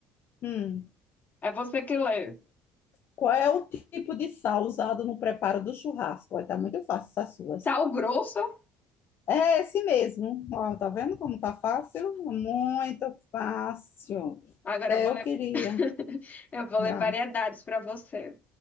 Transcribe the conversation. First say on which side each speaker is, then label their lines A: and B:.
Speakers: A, on the left; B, on the left.
A: hum.
B: É você que lê.
A: Qual é o tipo de sal usado no preparo do churrasco? Olha, Tá muito fácil essas suas.
B: Sal grosso.
A: É esse mesmo. Ó, tá vendo como tá fácil? Muito fácil.
B: Agora
A: Até
B: eu vou
A: eu
B: ler,
A: queria.
B: <laughs> eu vou
A: Vá.
B: ler variedades para você.